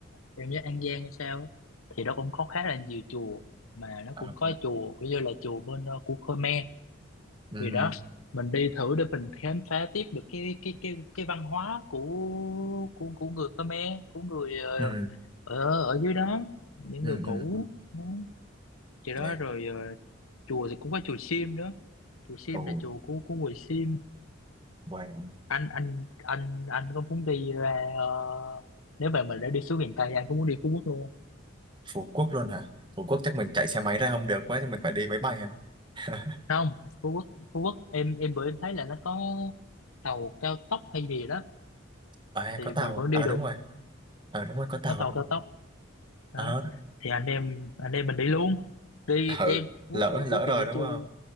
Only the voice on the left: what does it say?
em nhớ An Giang hay sao á, thì nó cũng có khá là nhiều chùa mà nó
cũng có chùa kiểu như là chùa bên ờ, của Khmer
thì đó mình đi thử để mình khám phá tiếp được cái cái cái cái văn hóa của của của người Khmer của người ờ,
ở ở dưới đó những
người cũ
đó. Thì đó
rồi ờ, chùa thì cũng có chùa Sim nữa chùa Sim
là chùa của của người Sim
anh anh anh anh có muốn đi ra ờ, nếu mà mình đã đi xuống miền Tây anh có muốn đi Phú Quốc luôn
không Không, Phú Quốc Phú Quốc em em bữa em thấy là nó có tàu cao tốc hay gì đó
thì
mình vẫn đi
được
có tàu
cao tốc đó
thì anh em anh em mình đi luôn đi em
Phú
Quốc thì
trước kia
em
chưa